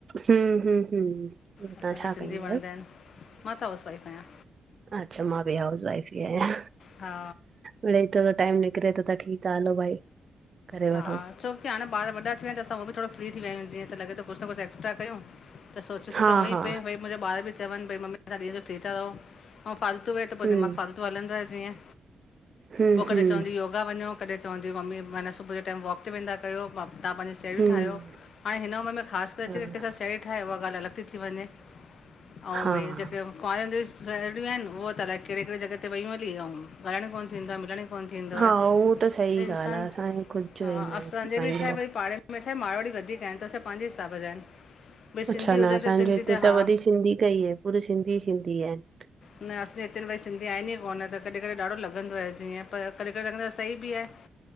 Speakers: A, on the right (about 50°); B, on the left (about 65°).
A: हम्म हम्म हम्म। तव्हां
B: असांखे
A: छा
B: सिंधी
A: कंदा
B: वणंदा
A: आहियो
B: आहिनि। मां त हाउस वाइफ आहियां।
A: अच्छा, मां बि हाउस वाइफ ई आहियां।
B: हा
A: मिरई थोरो टाइम निकिरे थो त ठीकु आहे हलो भाई। करे
B: हा
A: वठो
B: छोकी हाणे ॿार वॾा विया आहिनि त असां उहो बि थोरो फ्री थी विया आहियूं, जीअं त लॻे थो कुछु न कुुछु एक्स्ट्रा कयूं त सोचियोसीं
A: हा
B: त हुअं ई
A: हा
B: पे भई मुंहिंजा ॿार बि चवनि भई मम्मी तवां ॾींहं जो फ्री था रहो ऐं फालतू वेठे पोइ
A: हम्म
B: दिमाग़ु फालतू हलंदो आहे जीअं।
A: हम्म
B: पोइ कॾहिं
A: हम्म
B: चवंदी योग त वञो कॾहिं चवंदी मम्मी माना सुबह टाइम वॉक ते वेंदा कयो, तां पहिंजे साहिड़ियूं
A: हम्म
B: ठाहियो। हाणे हिन उम्र में ख़ासि करे चाए
A: हा
B: थी कंहिं सां साहेड़ी ठाहियो उहा ॻाल्हि अलॻि थी वञे अऊं भई
A: हा
B: जेके कुंवारे हूंदे जूं सहिड़ियूं आहिनि ऊओ त अलाए कहिड़े कहिड़ी जॻह ते वेयूं हली, अऊं ॻाल्हाइणु कोन थींदो आहे मिलणु कोन थींदो
A: हा
B: आहे।
A: उहो सही
B: त इंसानु
A: ॻाल्हि आहे असांजो ख़ुदि जो
B: हा,
A: ई न
B: असांजे
A: थी पाईंदो
B: में छा आहे वरी पाड़े में छा आहे मारवाड़ी वधीक आहिनि त छा पंहिंजे हिसाब जा आहिनि। भई
A: अच्छा,
B: सिंधी
A: न
B: हुजनि
A: असांजे
B: त सिंधी
A: हिते त
B: हा
A: वरी सिंधी क ई आहे, पूरी सिंधी सिंधी आहिनि।
B: न असांजे हिते भई सिंधी आहिनि ई कोन, त कॾहिं कॾहिं ॾाढो लॻंदो आहे। जीअं पर कॾहिं कॾहिं लॻंदो आहे सही बि आहे।